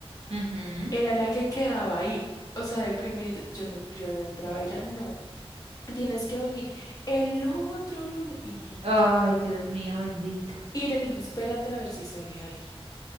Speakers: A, on the right; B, on the left.
A: ujú.
B: era la que quedaba ahí. O sea, de primerito, yo no, yo no entraba, ella no. Tienes que venir el otro lunes, imagínate.
A: Ay, Dios mío, bendito.
B: Y me dijo, espérate a ver si sale alguien.